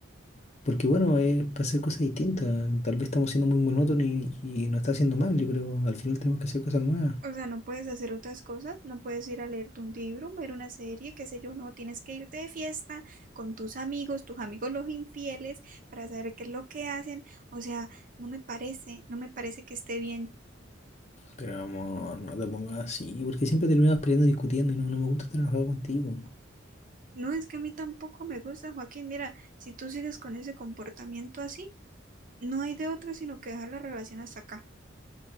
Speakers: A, on the left; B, on the right.
A: Porque bueno, es para hacer cosas distintas. Tal vez estamos siendo muy monótonos y, y nos está haciendo mal. Yo creo, al final tenemos que hacer cosas nuevas.
B: O sea, no puedes hacer otras cosas, no puedes ir a leerte un libro, ver una serie, qué sé yo, no, tienes que irte de fiesta con tus amigos, tus amigos los infieles, para saber qué es lo que hacen. O sea, no me parece, no me parece que esté bien.
A: Pero amor, no te pongas así, porque siempre terminamos peleando, y discutiendo y no, no me gusta estar enojado contigo.
B: No, es que a mí tampoco me gusta, Joaquín. Mira, si tú sigues con ese comportamiento así, no hay de otra sino que dejar la relación hasta acá.